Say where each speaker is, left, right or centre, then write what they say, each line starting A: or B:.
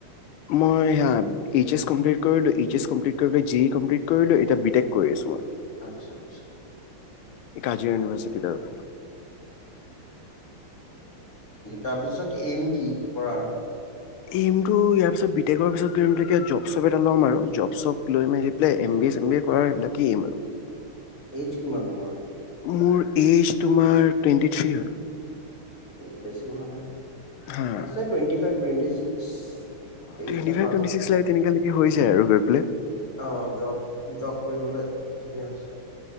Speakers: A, on the left; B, on the left.
A: মই, এইয়া এইচ এস কমপ্লিট কৰিলো, এইচ এছ কমপ্লিট কৰি পেলে, জি কমপ্লিট কৰিলো এতিয়া বিটেক কৰি আছো মই।
B: আচ্ছা আচ্ছা
A: এই কাজিয়া ইউনিভাৰ্চিটিত আৰু।
B: তাৰপিছত এইম কি? কৰাৰ।
A: এইমটো ইয়াৰ পিছ বিটেকৰ পিছত জব শপ এটা ল'ম আৰু জব চপ লৈ মেলি পেলাই এম বিয়ে চিয়ে কৰাৰ এইবিলাকি আৰু।
B: এইজ কিমান তোমাৰ?
A: মোৰ এইজ তোমাৰ টুৱেণ্টি থ্ৰী হয়।
B: উ বেছি হোৱা নাই।
A: হা
B: আছে twenty five twenty six য়েইগিতা
A: twenty five
B: <unintelligible>
A: twenty six lakh তেনেকালৈকে হৈ যায় আৰু গৈ পেলাই
B: অ জব কৰিবলৈ। ঠিকে আছে।